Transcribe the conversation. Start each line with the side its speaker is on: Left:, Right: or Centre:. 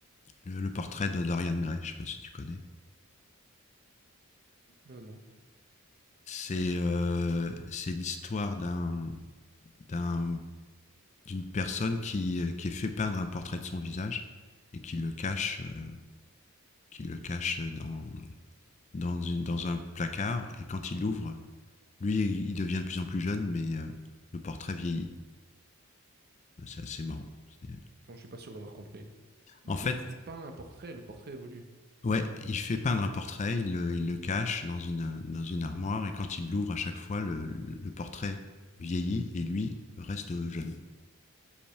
Left: le, le portrait de Dorian Gray. Je sais pas si tu connais.
Right: Ah non.
Left: C'est euh, c'est l'histoire d'un d'un- d'une personne qui, qui est fait peindre un portrait de son visage et qui le cache euh, qui le cache dans, dans, une, dans un placard. Et quand il l'ouvre, lui, il devient de plus en plus jeune, mais euh, le portrait vieillit. C'est assez marrant. C'est...
Right: Attends, je suis pas sûr d'avoir compris. Donc,
Left: En fait,
Right: il, il peint un portrait, le portrait évolue.
Left: ouais, il fait peindre un portrait, il le, il le cache dans une, dans une armoire, et quand il l'ouvre à chaque fois, le, le, portrait vieillit et lui reste jeune.